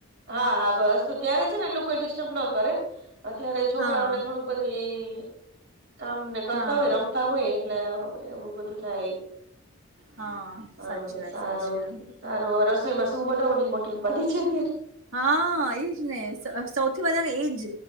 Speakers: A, on the right (about 55°); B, on the right (about 75°).
A: હા હા બસ તો ત્યારે છે ને એટલું કોઈ ડિસ્ટર્બ ન કરે. અત્યારે છોકરાઓને
B: હા
A: થોડુંક બધી કામ ને કરતા
B: હા
A: હોય, રમતા હોય એટલે એવું બધું થાય.
B: હા
A: હા
B: સાચી વાત
A: સારું
B: સાચી વાત
A: સારું રસોઈમાં શું બનાવવાની મોટી ઉપાધિ છે અત્યારે.
B: હા એજ ને સો સૌથી વધારે એજ